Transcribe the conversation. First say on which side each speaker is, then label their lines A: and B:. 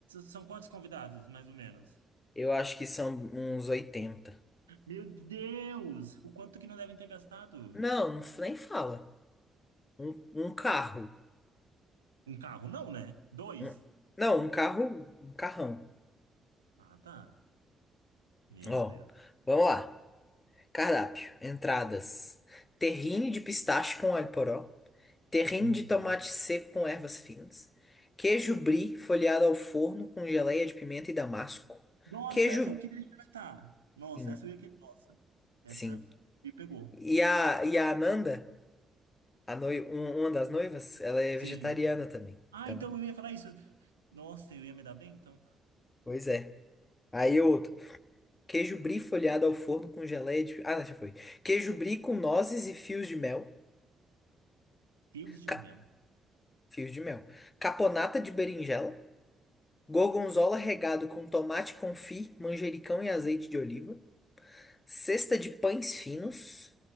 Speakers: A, on the right; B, on the left.
A: são quantos convidados, mais ou menos?
B: eu acho que são uns 80.
A: Meu Deus! O quanto que não devem ter gastado?
B: Não, não f- nem fala. Um, um carro.
A: Um carro, não, né? Dois?
B: Um- não, um carro, um carrão.
A: Ah, tá. Meu
B: Ó,
A: Deus.
B: vamos lá. Cardápio, entradas. Terrine de pistache com alho poró. Terrine
A: Meu
B: de
A: Deus.
B: tomate seco com ervas finas. Queijo brie folheado ao forno com geleia de pimenta e damasco.
A: Nossa,
B: Queijo...
A: essa eu queria experimentar. Nossa,
B: Sim,
A: essa eu ia querer. Nossa, essa
B: sim.
A: me pegou.
B: E a, e a Ananda, a noiva, uma das noivas, ela é
A: Sim.
B: vegetariana também.
A: Ah,
B: Então,
A: então eu ia falar isso. Nossa, eu ia me dar bem, então.
B: pois é. Aí outro. Queijo brie folhado ao forno com geleia de... Ah, já foi. Queijo brie com nozes e fios de mel.
A: Fios de
B: Ca-
A: mel.
B: Fios de mel. Caponata de berinjela. Gorgonzola regado com tomate confit, manjericão e azeite de oliva. Cesta de pães finos.